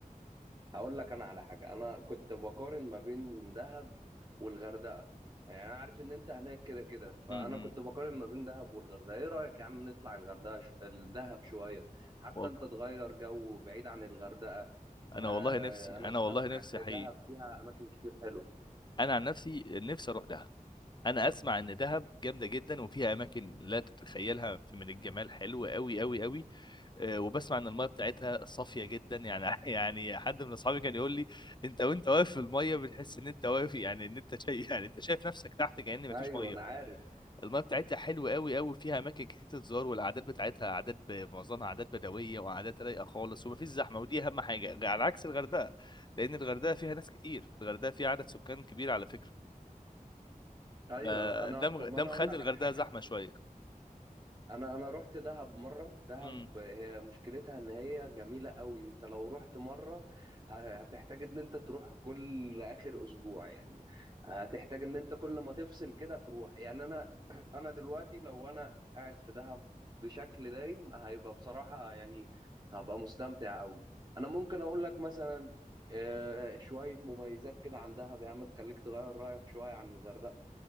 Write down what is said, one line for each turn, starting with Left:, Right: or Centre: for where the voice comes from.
Right: هقول لك انا على حاجه انا كنت بقارن ما بين دهب والغردقه يعني انا عارف ان انت هناك كده كده فانا
Left: امم
Right: كنت بقارن ما بين دهب والغردقه ايه رايك يا عم نطلع الغردقه شو... الدهب شويه حتى
Left: والله
Right: انت تغير جو بعيد عن الغردقه
Left: انا
Right: آه
Left: والله نفسي
Right: انا
Left: انا
Right: س-
Left: والله
Right: اسمع
Left: نفسي
Right: ان
Left: حقيقي
Right: دهب فيها اماكن كتير حلوه
Left: انا عن نفسي نفسي اروح دهب انا اسمع ان دهب جامده جدا وفيها اماكن لا تتخيلها في- من الجمال حلو قوي قوي قوي أه وبسمع ان الميه بتاعتها صافيه جدا يعني <laughs> يعني حد من اصحابي كان يقول لي انت وانت واقف في الميه بتحس ان انت واقف يعني ان انت شايف يعني انت شايف نفسك تحت كأن مفيش
Right: ايوه
Left: ميه
Right: انا عارف
Left: المياه بتاعتها حلوه قوي قوي فيها اماكن كتير تتزار والعادات بتاعتها عادات ب- معظمها عادات بدويه وعادات رايقه خالص ومفيش زحمه ودي اهم حاجه على عكس الغردقه لان الغردقه فيها ناس كتير الغردقه فيها عدد سكان كبير على فكره
Right: ايوه
Left: آه،
Right: انا
Left: ده
Right: طب
Left: مغ-
Right: ما
Left: ده
Right: انا
Left: مخلي
Right: اقول لك
Left: الغردقه
Right: على حاجه
Left: زحمه شويه
Right: انا انا رحت دهب مره دهب
Left: امم
Right: هي مشكلتها ان هي جميله قوي انت لو رحت مره ه- هتحتاج ان انت تروح كل اخر اسبوع يعني هتحتاج ان انت كل ما تفصل كده تروح يعني انا <clears throat> انا دلوقتي لو انا قاعد في دهب بشكل دايم هيبقى بصراحه يعني هبقى مستمتع قوي انا ممكن اقول لك مثلا آه، شويه مميزات كده عن دهب يا عم تخليك تغير رايك شويه عن الغردقه